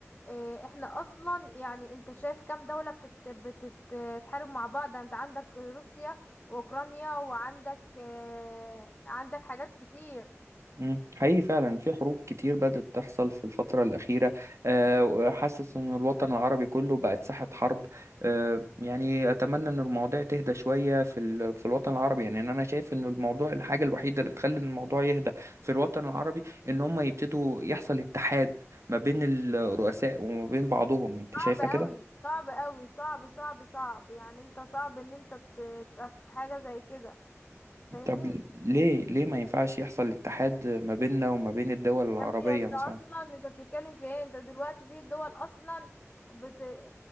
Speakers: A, on the left; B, on the right.
A: إيه، احنا اصلا يعني انت شايف كام دوله بتت... بتت- بتتحارب مع بعض انت عندك روسيا واوكرانيا وعندك إيه، عندك حاجات كتير
B: مم. حقيقي فعلا في حروب كتير بدأت تحصل في الفترة الأخيرة آه، وحاسس إن الوطن العربي كله بقت ساحة حرب آه، يعني أتمنى إن المواضيع تهدى شوية في ال- في الوطن العربي يعني إن أنا شايف إن الموضوع الحاجة الوحيدة اللي تخلي الموضوع يهدى في الوطن العربي إن هم يبتدوا يحصل اتحاد ما بين الرؤساء وما بين بعضهم أنت
A: صعب
B: شايفة
A: قوي
B: كده؟
A: صعب قوي صعب صعب صعب يعني انت صعب ان انت ت- تبقى في حاجه زي كده فاهمني
B: طب ليه ليه ما ينفعش يحصل اتحاد ما بيننا وما بين الدول العربية
A: يا ابني انت
B: مثلا؟
A: اصلا انت بتتكلم في ايه انت دلوقتي في دول اصلا بت... اي